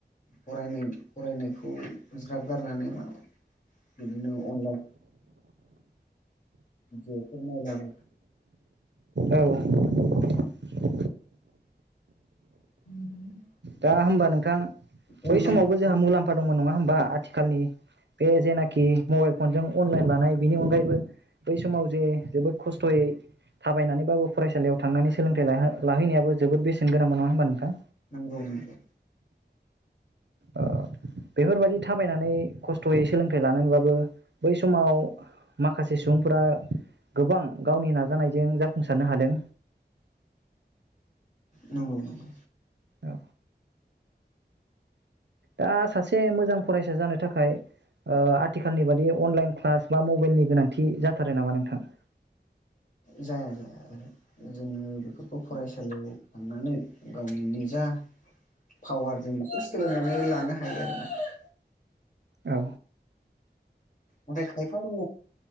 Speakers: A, on the left; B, on the right.
A: फरानाय फरायनायखौ ज्राब गारनानै मा बिदिनो अनलाइन जेफोर नायलाबा
B: औ
A: <inaudible>
B: दा होमबा नोंथां बै
A: अनलाइन
B: समावबो जोंहा मुलाम्फा फा दंमोन नङा होमबा आथिखालनि बे जेनाखि मबाइल फनजों अनलाइन लानाय बिनि अनगायैबो बै समाव जे जोबोद खस्थ'यै थाबायनानैबाबो फरायसालियाव थांनानै सोलोंथाइ लाहैनायाबो जोबोद बेसेन गोनां नङा होमबा नोंथां
A: नंगौ नंगौ
B: ओ बेफोर बायदि थाबायनानै खस्थ'यै सोलोंथाइ लानानैबाबो बै समाव माखासे सुबुंफोरा गोबां गावनि नाजानायजों जाफुंसारनो हादों
A: नोंगौ नोंगौ
B: औ दा सासे मोजां फरायसा जानो थाखाय ओ आथिखालनि बादि अनलाइन क्लास बा मबाइलनि गोनांथि जाथारो नामा नोंथां?
A: जाया जाया आरो जोङो बेफोरखौ फरायसालियाव थांनानै गावनि निजा पावार जों बेखौ सोलोंनानै लानो हायो आरो ना
B: औ
A: नाथाय खायफा दङ